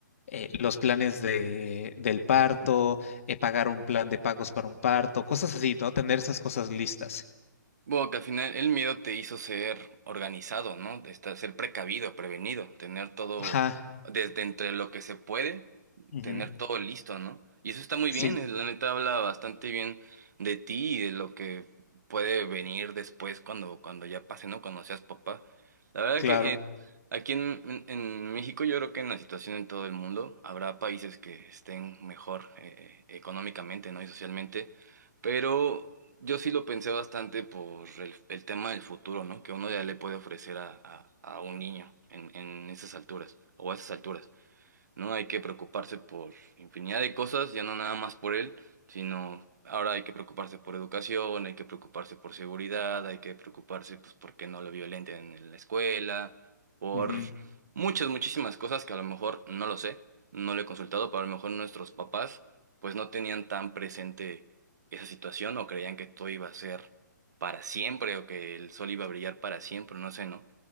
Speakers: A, on the left; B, on the right.
A: eh, los planes de, del parto, eh, pagar un plan de pagos para un parto, cosas así, ¿no? Tener esas cosas listas.
B: Bueno, que al final el miedo te hizo ser organizado, ¿no? Estar, ser precavido, prevenido, tener todo
A: Ajá.
B: desde entre lo que se puede,
A: ujú,
B: tener todo listo, ¿no? Y eso está muy
A: Sí,
B: bien, eh, la neta habla bastante bien de ti y de lo que puede venir después cuando, cuando ya pase, ¿no? Cuando seas papá. La verdad
A: claro.
B: que Aquí en, en- en México yo creo que en la situación en todo el mundo habrá países que estén mejor eh, económicamente, ¿no? y socialmente, pero yo sí lo pensé bastante por el, el tema del futuro, ¿no? que uno ya le puede ofrecer a, a- a un niño en, en esas alturas o a esas alturas. ¿no? Hay que preocuparse por infinidad de cosas, ya no nada más por él, sino ahora hay que preocuparse por educación, hay que preocuparse por seguridad, hay que preocuparse, pues, porque no lo violenten en la escuela, por
A: Ujú.
B: muchas, muchísimas cosas que a lo mejor no lo sé, no lo he consultado, pero a lo mejor nuestros papás, pues, no tenían tan presente esa situación o creían que todo iba a ser para siempre o que el sol iba a brillar para siempre, no sé, ¿no?